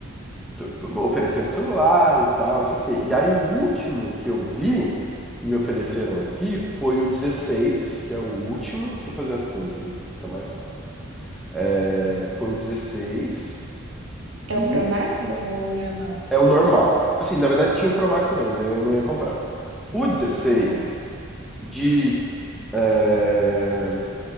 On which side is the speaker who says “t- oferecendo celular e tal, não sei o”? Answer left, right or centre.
Centre